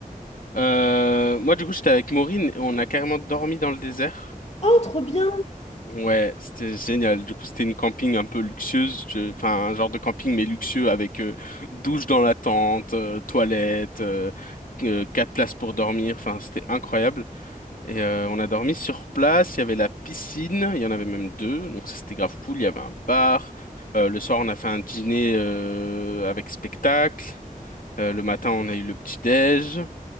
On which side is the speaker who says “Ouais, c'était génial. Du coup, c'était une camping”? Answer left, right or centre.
Left